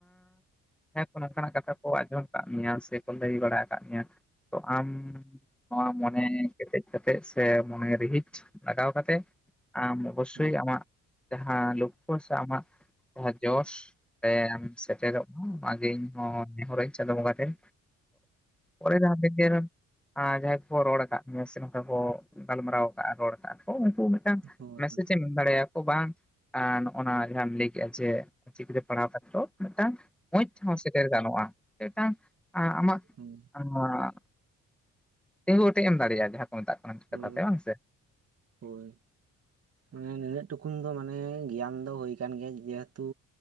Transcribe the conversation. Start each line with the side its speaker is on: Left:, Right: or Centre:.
Centre: ᱦᱮᱸ ᱠᱚ ᱱᱚᱝᱠᱟᱱᱟᱜ ᱠᱟᱛᱷᱟ ᱠᱚ ᱟᱸᱡᱚᱢ ᱟᱠᱟᱫ ᱢᱮᱭᱟ ᱥᱮᱠᱚ ᱞᱟᱹᱭ ᱵᱟᱲᱟ ᱟᱠᱟᱫ ᱢᱮᱭᱟ ᱛᱚ ᱟᱢ ᱱᱚᱣᱟ ᱢᱚᱱᱮ ᱠᱮᱴᱮᱡ ᱠᱟᱛᱮᱜ ᱥᱮ ᱢᱚᱱᱮ ᱨᱤᱦᱤᱡ ᱞᱟᱜᱟᱣ ᱠᱟᱛᱮᱫ ᱟᱢ ᱚᱵᱚᱥᱥᱳᱭ
Right: ᱦᱮᱸ
Centre: ᱟᱢᱟᱜ ᱡᱟᱦᱟᱸ ᱞᱚᱠᱠᱷᱚ ᱥᱮ ᱟᱢᱟᱜ ᱡᱟᱦᱟᱸ ᱡᱚᱥ <unintelligible> ᱥᱮᱴᱮᱨᱚᱜ ᱢᱟ ᱚᱱᱟᱜᱮ ᱤᱧᱦᱚ ᱱᱮᱦᱚᱨᱚᱜ ᱟᱹᱧ ᱪᱟᱸᱫᱳ ᱵᱚᱸᱜᱟ ᱴᱷᱮᱱ ᱚᱫ <unintelligible> ᱟᱨ ᱡᱟᱦᱟᱸᱭ ᱠᱚᱠᱚ ᱨᱚᱲ ᱟᱠᱟᱫ ᱢᱮᱭᱟ ᱥᱮ ᱱᱚᱝᱠᱟ ᱠᱚ ᱜᱟᱞᱢᱟᱨᱟᱣ ᱠᱟᱜᱼᱟ ᱨᱚᱲ ᱠᱟᱜᱼᱟ ᱠᱚ ᱢᱤᱫᱴᱟᱝ
Right: ᱦᱳᱭ
Centre: ᱢᱮᱥ
Right: ᱦᱳᱭ ᱦᱳᱭ
Centre: ᱮᱢ ᱮᱢ ᱫᱟᱲᱮᱼᱟᱠᱚ ᱵᱟᱝ ᱟᱨ ᱱᱚ-ᱚᱜᱱᱟᱜ ᱡᱟᱦᱟᱸᱢ ᱞᱟᱹᱭ ᱠᱮᱫᱼᱟ ᱡᱮ ᱪᱤᱠᱤᱛᱮ᱾ ᱯᱟᱲᱦᱟᱣ ᱠᱟᱛᱮᱛᱮᱫ ᱢᱤᱫᱴᱟᱝ ᱢᱚᱡᱽ ᱛᱮᱦᱚᱸ ᱥᱮᱴᱮᱨ ᱜᱟᱱᱚᱜᱼᱟ ᱢᱤᱫᱴᱟᱝ ᱟᱢᱟᱜ
Right: ᱦᱳᱭ
Centre: ᱟ ᱛᱤᱸᱜᱩ ᱚᱴᱮᱡ ᱮᱢ ᱫᱟᱲᱮᱭᱟᱜᱼᱟ ᱡᱟᱦᱟᱸ ᱠᱚ ᱢᱮᱛᱟᱜ ᱠᱟᱱᱟ
Right: ᱦᱳᱭ
Centre: ᱠᱟᱛᱷᱟ ᱛᱮ ᱵᱟᱝ ᱥᱮ
Right: ᱦᱳᱭ ᱢᱟᱱᱮ ᱱᱩᱱᱟᱹᱜ ᱴᱩᱠᱩᱱ ᱫᱚ ᱢᱟᱱᱮ ᱜᱮᱭᱟᱱ ᱫᱚ ᱦᱩᱭ ᱠᱟᱱ ᱜᱮᱭᱟ ᱡᱮᱦᱮᱛᱩ